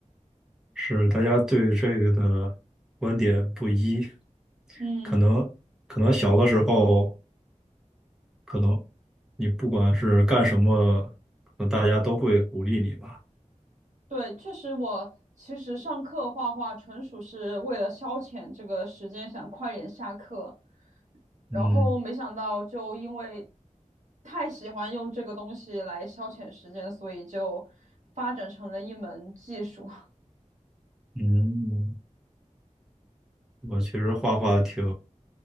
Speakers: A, in the centre; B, on the right.
A: 是大家对这个的观点不一，
B: 嗯
A: 可能可能小的时候，可能你不管是干什么，可能大家都会鼓励你吧。
B: 对，确实我其实上课画画纯属是为了消遣这个时间，想快点下课，然后没想到就因为
A: 嗯
B: 太喜欢用这个东西来消遣时间，所以就发展成了一门技术。
A: 嗯，我其实画画挺